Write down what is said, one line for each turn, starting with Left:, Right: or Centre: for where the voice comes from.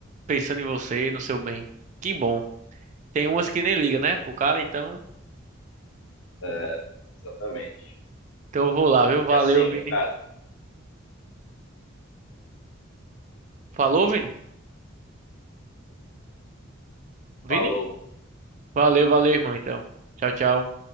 Right: pensando em você, no seu bem. Que bom. Tem umas que nem liga, né? Pro cara, então.
Left: É, exatamente.
Right: Então eu vou lá, viu?
Left: Fica
Right: Valeu,
Left: assim,
Right: Vini.
Left: cara.
Right: Falou, Vini? Vini?
Left: Falou.
Right: Valeu, valeu, irmão, então. Tchau, tchau.